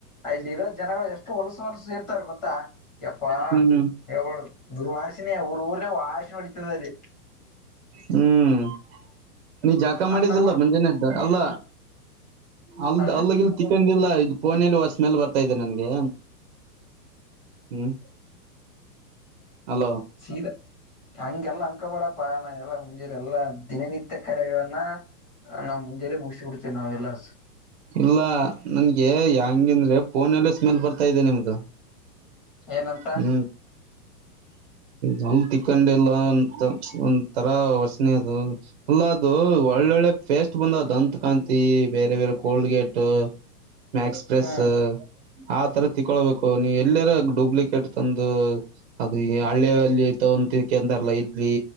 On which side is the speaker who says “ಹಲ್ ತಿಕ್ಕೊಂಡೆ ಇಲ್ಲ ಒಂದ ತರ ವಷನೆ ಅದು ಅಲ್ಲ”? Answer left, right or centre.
Right